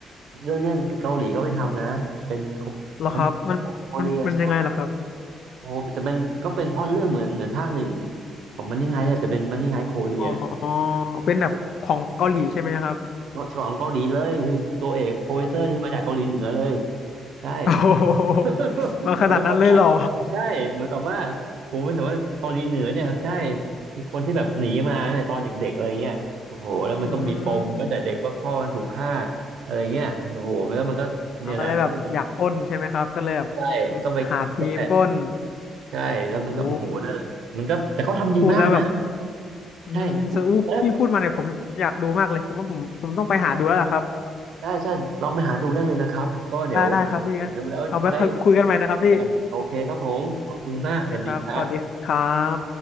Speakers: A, on the right; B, on the left.
A: เรื่องเนี้ยเกาหลีก็ไปทำนะเป็น
B: เหรอครับมันมันมันยังไงเหรอครับ
A: มันโคเรียใช่โอ้โหแต่เป็นก็เป็นพล็อตเรื่องเหมือนเหมือนภาคหนึ่งของมันนี่ไฮเนี่ยแต่เป็นมันนี่ไฮโคเรีย
B: อ๋อเป็นแบบของเกาหลีใช่ไหมครับ
A: ฉลองเกาหลีเลยคือตัวเอกโปรเฟสเซอร์คือมาจากเกาหลีเหนือเลย
B: โอ้ <laughs>
A: ใช่
B: โอ้โหมาขนาดนั้นเลยเหรอ
A: <laughs> มันก็เข้าใจใช่เหมือนกับว่าผมเป็นถึงว่าเกาหลีเหนือเนี่ยใช่เป็นคนที่แบบหนีมาเนี่ยตอนเด็กๆอะไรเงี้ยโอ้โหแล้วมันก็มีปมตั้งแต่เด็กว่าพ่อมันถูกฆ่า
B: อืม
A: อะไรเงี้ยโอ้โหมันก็มันก็เนี่ยแหละคือมันเป็น
B: เราก็เลยแบบอยากปล้นใช่ไหมครับก็เลยแบบ
A: ใช่ต้องไปใช่
B: หาทีมปล้น
A: ใช่แล้วมันก็โอ้โหนั่นแหละมันก็แต่เขาทำดีมากนะ
B: โอ้พูดแล้วแบบอืมสะอู้พี่พูดมาเนี่ยผมอยากดูมากเลยผมว่าผมผมต้องไปหาดูแล้วล่ะครับ
A: ใช่แล้วได้ใช่ลองไปหาดูได้เลยนะครับก็เดี๋ยว
B: ได้ได้ครับพี่งั้นเอาไว้คุยกันใหม่นะครับพี่
A: ดูแล้วได้ กันโอเคครับผมขอบคุณมากสวัสดีครับ
B: โอเคครับสวัสดีครับ